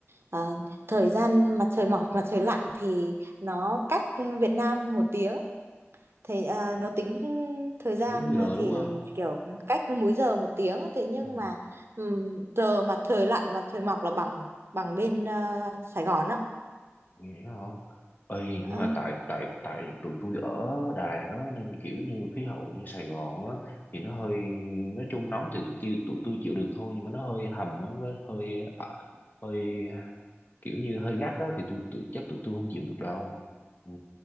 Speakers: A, on the right; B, on the left.
A: ờ, thời gian mặt trời mọc mặt trời lặn thì nó cách Việt Nam một tiếng Thì à,
B: Ờ,
A: nó tính thời gian
B: Múi giờ
A: ờ, thì
B: đúng không?
A: ừ, kiểu cách múi giờ một tiếng thế nhưng
B: Ừ.
A: mà ừm, giờ mặt trời lặn mặt trời mọc là bằng bằng bên ờ, Sài Gòn á
B: Vậy hả? Ơi
A: Ờ,
B: nhưng mà tại tại tại tụi tôi ở Đà Lạt đó nên kiểu như khí hậu như Sài Gòn á thì nó hơi nói chung nóng thì tụi tôi tụi tôi chịu được thôi nhưng mà nó hơi hầm á, nó hơi ờ, hơi kiểu như hơi gắt á thì tôi tụi, chắc tụi tôi không chịu được đâu. Ừ.